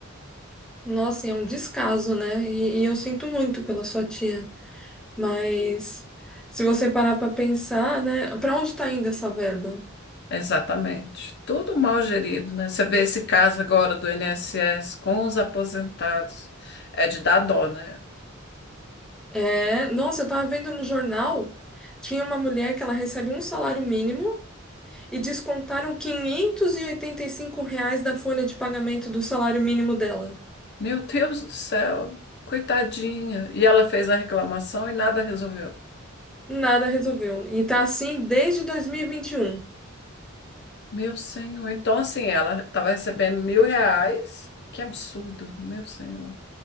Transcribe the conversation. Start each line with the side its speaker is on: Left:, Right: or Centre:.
Centre: Nossa, e é um descaso, né? E, e eu sinto muito pela sua tia. Mas se você parar para pensar, né, para onde tá indo essa verba?
Left: Exatamente. Tudo mal gerido, né? Você vê esse caso agora do INSS com os aposentados. É de dar dó, né?
Centre: É, nossa, eu tava vendo no jornal, tinha uma mulher que ela recebe um salário mínimo e descontaram quinhentos e e oitenta e cinco reais da folha de pagamento do salário mínimo dela.
Left: Meu Deus do céu, coitadinha. E ela fez a reclamação e nada resolveu.
Centre: Nada resolveu. E tá assim desde 2021. E vinte e um.
Left: Meu senhor. Então, assim, ela estava recebendo mil reais. Que absurdo, meu senhor.